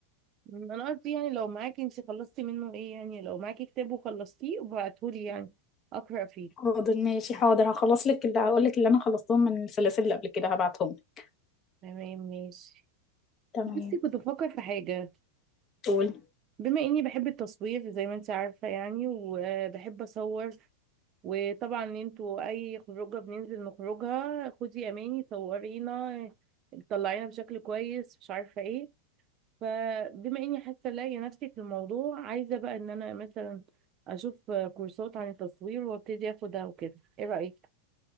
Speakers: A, on the right; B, on the left.
A: أمم، انا قصدي يعني لو معاكي انت خلصتي منه ايه يعني لو معاكي كتاب وخلصتيه وبعتهولي يعني اقرا فيه
B: حاضر ماشي حاضر هخلص لك اللي هقول لك اللي انا خلصتهم من السلاسل اللي قبل كده هبعتهم لك.
A: تمام ماشي
B: تمام
A: بصي كنت بفكر في حاجة
B: قول
A: بما اني بحب التصوير زي ما انت عارفة يعني وبحب اصور وطبعا انتوا اي خروجه بننزل نخرجها خدي اماني صورينا طلعينا بشكل كويس مش عارفه ايه فبما اني حاسه الاقي نفسي في الموضوع عايزه بقى ان انا مثلا اشوف كورسات عن التصوير وابتدي اخدها وكده ايه رايك